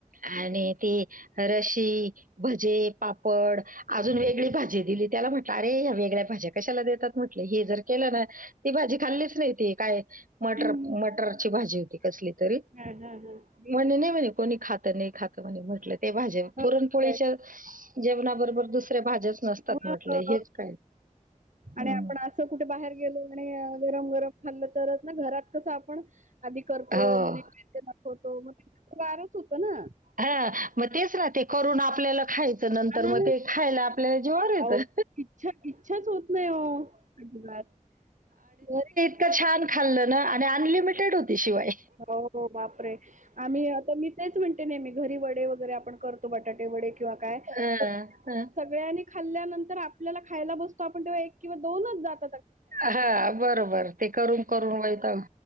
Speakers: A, on the right; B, on the right.
A: आणि ती रशी भजे पापड, अजून
B: हम्म,
A: वेगळी भाजी दिली त्याला, म्हटलं, अरे, या वेगळ्या भाज्या कशाला देतात म्हटलं, हे जर केलं ना, ती भाजी खाल्लीच नाही ती काय मटर
B: हम्म.
A: मटरची भाजी होती कसली तरी.
B: हा हा हा.
A: म्हणे नाही, म्हणे कोणी खातं नाही, खातं म्हणे, म्हटलं. ते भाज्या
B: हो,
A: पुरणपोळीच्या
B: काय.
A: जेवणाबरोबर दुसऱ्या भाज्या. नसतात
B: मग,
A: म्हटलंय, हेच काय, हम्म
B: आणि आपण असं कुठे बाहेर गेलो आणि गरम गरम खाल्लं तरच ना, घरात कसं आपण आधी करतो
A: हो.
B: नीट नीट, दखवतो, मग त्याच्या गारच होत ना.
A: हा मग तेच ना ते. करून आपल्याला खायचं नंतर,
B: हा,
A: मग ते खायला आपल्याला जीवावर येतं.
B: अहो इच्छा इच्छाच होत नाही हो नाही घरी
A: इतक छान खाल्लं ना, आणि अनलिमिटेड होती शिवाय
B: हो हो बापरे! आम्ही आता मी तेच म्हणतो नेहमी घरी वडे वगैरे आपण करतो, बटाटे वडे किंवा काय
A: हं,
B: पण
A: हं.
B: सगळ्यांनी खाल्ल्यानंतर आपल्याला खायला बसतो आपण तेव्हा एक किंवा दोनच जातो.
A: हा बरोबर, ते करून करून वैतागून